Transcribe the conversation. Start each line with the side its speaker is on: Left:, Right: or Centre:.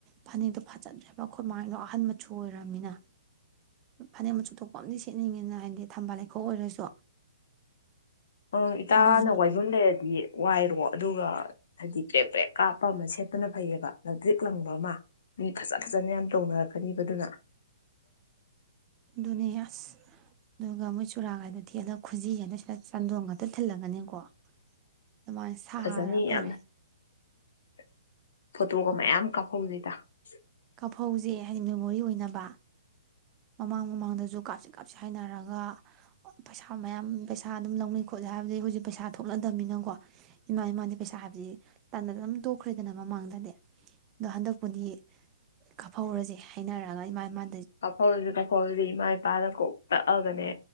Right: ꯐꯅꯛꯇꯣ ꯐꯖꯗ꯭ꯔꯦꯕ ꯑꯩꯈꯣꯏ ꯃꯥꯡꯗꯣ ꯑꯍꯟ ꯃꯆꯨ ꯑꯣꯏꯔꯕꯅꯤꯅ ꯐꯅꯦꯛ ꯃꯆꯨ ꯊꯣꯛꯄ ꯑ ꯈꯦꯠꯅꯤꯡꯉꯤꯅ ꯍꯥꯏꯗꯤ ꯊꯝꯕꯥꯜ ꯂꯩꯈꯣꯛ ꯑꯣꯏꯔꯁꯨ
Left: ꯑꯪ ꯏꯇꯥꯅ
Right: ꯑꯗꯨꯃ
Left: ꯋꯥꯏꯕꯨꯝ ꯂꯩꯔꯗꯤ ꯋꯥꯏꯔꯣ ꯑꯗꯨꯒ ꯍꯥꯏꯗꯤ ꯕ꯭ꯔꯦꯛ ꯕ꯭ꯔꯦꯛ ꯀꯥꯞꯄ ꯑꯃ ꯁꯦꯠꯇꯅ ꯐꯩꯌꯦꯕ ꯂꯛꯇ꯭ꯔꯤꯛ ꯂꯪꯕ ꯑꯃ ꯃꯤ ꯐꯖ ꯐꯖꯅ ꯌꯥꯝ ꯇꯧꯅꯔꯛꯀꯅꯤꯕꯗꯨꯅ
Right: ꯑꯗꯨꯅꯦ ꯑꯁ ꯑꯗꯨꯒ ꯃꯣꯏ ꯆꯨꯔꯥ ꯍꯥꯏꯥꯏꯗ ꯊꯦꯛꯑꯒ ꯈꯨꯖꯤ ꯍꯥꯏꯗ ꯁꯤꯗ ꯆꯥꯟꯗꯣꯡ ꯉꯥꯛꯇ ꯊꯤꯜꯂꯒꯅꯤꯀꯣ ꯑꯗꯨꯃꯥꯏꯅ ꯁꯥꯔ
Left: ꯐꯖꯅꯤ
Right: ꯐꯔꯦ
Left: ꯌꯥꯝꯅ <inaudible> ꯐꯣꯇꯣꯒ ꯃꯌꯥꯝ ꯀꯥꯞꯍꯧꯗꯦꯗ ꯁ
Right: ꯑꯐꯧꯁꯦ ꯍꯥꯏꯗꯤ ꯃꯦꯃꯣꯔꯤ ꯑꯣꯏꯅꯕ ꯃꯃꯥꯡ ꯃꯃꯥꯡꯗꯁꯨ ꯀꯥꯞꯁꯤ ꯀꯥꯞꯁꯤ ꯍꯥꯏꯅꯔꯒ ꯄꯩꯁꯥ ꯃꯌꯥꯝ ꯄꯩꯁꯥ ꯑꯗꯨꯝ ꯂꯧꯅꯩ ꯈꯣꯠꯂꯤ ꯍꯥꯏꯕꯗꯤ ꯍꯧꯖꯤꯛ ꯄꯩꯁꯥ ꯊꯣꯛꯂꯗꯕꯅꯤꯅꯀꯣ ꯏꯃ ꯏꯃꯅ ꯄꯩꯁꯥ ꯍꯥꯏꯞꯗꯤ ꯇꯅ ꯑꯗꯨꯝ ꯇꯣꯛꯈ꯭ꯔꯦꯗꯅ ꯃꯃꯥꯡꯗꯗꯤ ꯑꯗꯣ ꯍꯟꯗꯛꯄꯨꯗꯤ ꯀꯥꯞꯍꯧꯔꯁꯦ ꯍꯥꯏꯅꯔꯛꯑꯒ ꯏꯃꯥ ꯃꯥ
Left: ꯀꯐꯥꯎꯔꯁꯤ ꯀꯐꯥꯎꯁꯤ ꯏꯃꯥꯏ ꯅꯨꯄꯥꯗ ꯀꯣꯛ ꯇꯛꯑꯒꯅꯦ